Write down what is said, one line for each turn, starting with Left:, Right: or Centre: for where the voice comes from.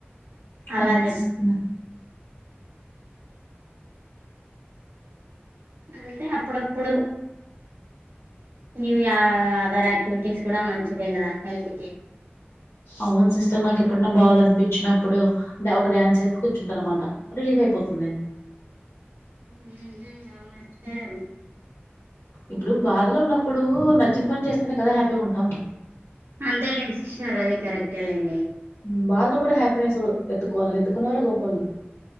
Right: అలా
Left: అవును
Right: చెప్
Left: సిస్
Right: అంటే అప్పుడప్పుడు ఇవి ఆ ఆదర్ ఆక్టివిటీస్ కూడా మంచిదే గదా హెల్తీ కి
Left: అవును సిస్టర్ నాకు ఏపుడన్న బాధ అనిపిచ్చినప్పుడు ఒక డ్యాన్స్ చేసి కూర్చుంట అనమాట రిలీఫ్ అయిపోతుంది
Right: హు హమ్ అవునా సిస్టర్
Left: ఇప్పుడు బాధలో ఉన్నప్పుడూ నచ్చిన పని చేస్తేనే కదా హ్యాపీగా ఉంటాం
Right: అంతేలేండి సిస్టర్ అది కరెక్టే లేండి
Left: ఉం బాదలో కూడా హ్యాపీనెస్ వేతుకోవాలి వెతుకున్న వాళ్లే గొప్పొల్లు